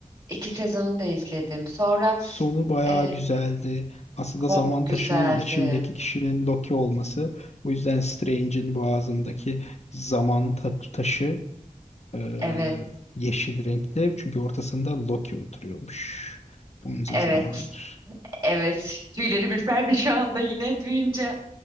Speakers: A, on the right (about 35°); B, on the left (about 55°).
A: İki sezonu da izledim. Sonra
B: Sonu bayağı
A: e,
B: güzeldi. Aslında
A: çok
B: zaman
A: güzeldi.
B: taşının içindeki kişinin Loki olması. Bu yüzden Strange'in boğazındaki zaman ta- taşı e,
A: Evet,
B: yeşil renkte. Çünkü ortasında Loki oturuyormuş. Bunca
A: evet,
B: zamandır.
A: evet. <laughs> Tüyleri ürperdi şu anda yine duyunca.